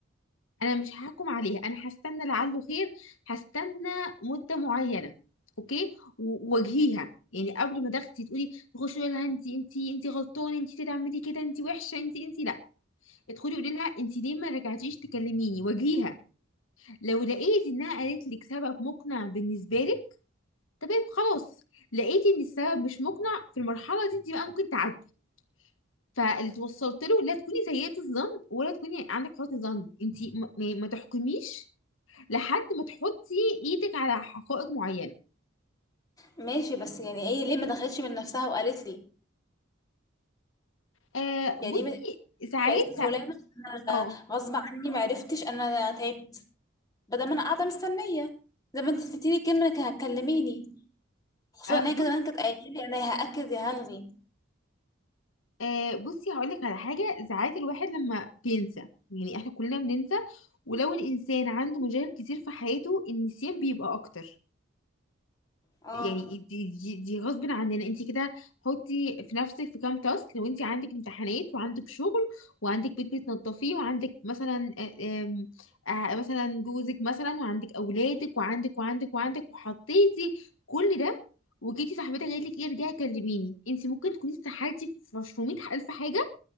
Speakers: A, on the left; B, on the left.
A: انا مش هحكم عليها انا هستنى لعله خير هستنى مده معينه اوكي وواجهيها يعني قبل ما تاخدي تقولي تخشي تقولي لها انت انت انت غلطانه انت تعملي كده انت وحشه انت انت لا ادخلي قولي لها انت ليه ما رجعتيش تكلميني واجهيها لو لقيتي انها قالت لك سبب مقنع بالنسبه لك تمام خلاص لقيتي ان السبب مش مقنع في المرحله دي انت بقى ممكن تعدي فاللي توصلت له لا تكوني سيئة الظن ولا تكوني عندك حسن ظن انت ما ما تحكميش لحد ما تحطي ايدك على حقائق معينه
B: ماشي بس يعني هي ليه ما دخلتش من نفسها وقالت لي
A: آه بصي
B: يعني ما-
A: ساعات
B: قالت لي فلانة
A: سا...
B: انا
A: اه
B: غصب عني ما عرفتش انا تعبت بدل ما انا قاعدة مستنية زي ما انت اديتيني كلمة انك هتكلميني خصوصا
A: آه،
B: ان هي كمان
A: بص
B: كانت قايلة لي انا يا هأكد يا هلغي
A: آه بصي هقول لك على حاجه ساعات الواحد لما بينسى يعني احنا كلنا بننسى ولو الانسان عنده مشاغل كتير في حياته النسيان بيبقى اكتر
B: اه
A: يعني دي دي, دي غصب عننا انت كده حطي في نفسك في كام تاسك لو انت عندك امتحانات وعندك شغل وعندك بيت بتنظفيه وعندك مثلا آه، آم، آه، مثلا جوزك مثلا وعندك اولادك وعندك وعندك وعندك وحطيتي كل ده وجيتي صاحبتك قالت لك ايه ارجعي كلميني انت ممكن تكوني استحالتي في 100000 حاجه